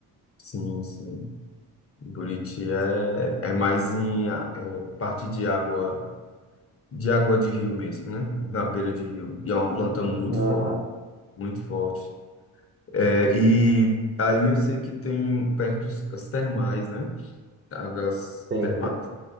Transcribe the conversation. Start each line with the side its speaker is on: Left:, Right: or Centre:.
Left: sim, sim. Buriti é, é mais em a- é, parte de água de água de rio mesmo, né? Na beira de rio. E é uma planta muito
Right: Aham,
Left: forte, muito forte. É, e aí eu sei que tem perto os- as termais, né? Águas
Right: tem,
Left: termais.
Right: tem.